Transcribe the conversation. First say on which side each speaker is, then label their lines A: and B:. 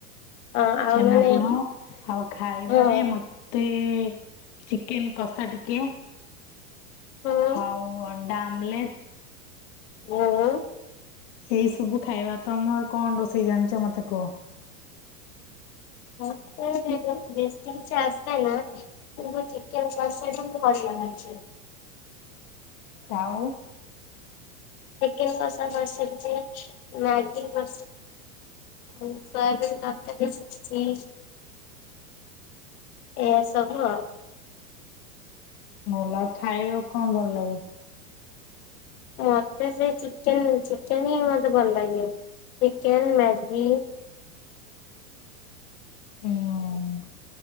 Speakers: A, on the left; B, on the left.
A: ହଁ ଆଉ
B: ଛେନାପୋଡ
A: ମାନେ
B: ଆଉ ଖାଇବାରେ
A: ହଁ
B: ମତେ ଚିକେନ କଷା ଟିକେ
A: ହଁ
B: ହଉ ଅଣ୍ଡା ଆମ୍ଲେଡ
A: ହଁ
B: ଏଇ ସବୁ ଖାଇବା ତମର କଣ ରୋଷେଇ ଜାଣିଛ ମତେ କୁହ
A: ହ ବତି କିଛି ଆସ ନା ସେଇଟା ପୁରା ଚିକେନ <unintelligible> ଲାଗଛି
B: ତାଉ
A: ଚିକେନ କସ ବସ ସେ ମ୍ୟାଗି ବସ ଆଉ ସୋୟାବିନ ତକାର ବି ଶିଖିଛି ଏସବୁ ଆଉ
B: ଭଲ ଖାଇବାକୁ କଣ ଭଲ ଲାଗେ
A: ମୋତେ ସେ ଚିକେନ ଚିକେନ ହିଁ ମୋତେ ଭଲ ଲାଗେ ଚିକେନ ମ୍ୟାଗି
B: ହୁଁ